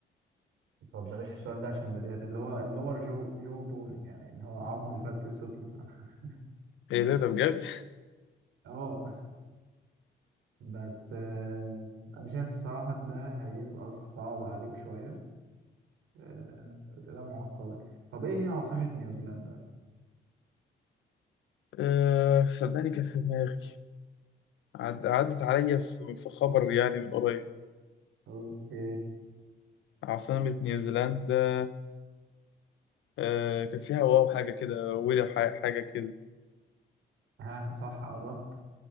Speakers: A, on the right; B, on the left.
A: طب بلاش السؤال ده عشان بديهيات اللي هو اللور جو جو بون يعني اللي هو عظم الفك السفلي ده <laughs>
B: ايه ده ده بجد؟
A: اه بس آه، انا شايف الصراحة ده هيبقى صعب عليك شوية آه، أسئلة معقدة طب ايه هي عاصمة نيوزيلندا؟
B: آه صدقني كانت في دماغي عد... عدت عليا في... في خبر يعني من قريب
A: اوكي
B: عاصمة نيوزيلندا آه كانت فيها واو حاجة كده ويل ح- حاجة كده
A: ها صح قربت